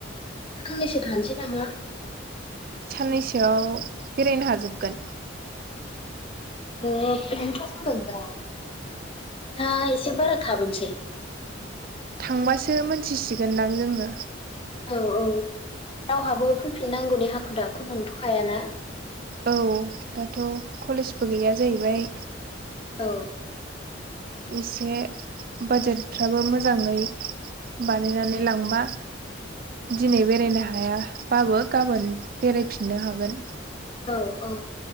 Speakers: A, on the left; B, on the right.
A: साननैसो थानोसै नामा।
B: साननैसोआव बेरायनो हाजोबगोन?
A: <unintelligible> हा एसे बारा थाबोनसै?
B: थांबासो मोनथिसिगोनदां जोङो।
A: औ औ रावहाबो फैफिननांगौनि हाखु दाखु नोंथ'खायाना?
B: औ दाथ' कलेजबो गैया जाहैबाय।
A: औ,
B: इसे बाजेटफ्राबो मोजाङै, बानायनानै लांबा दिनै बेरायनो हायाबाबो गाबोन बेरायफिननो हागोन
A: औ औ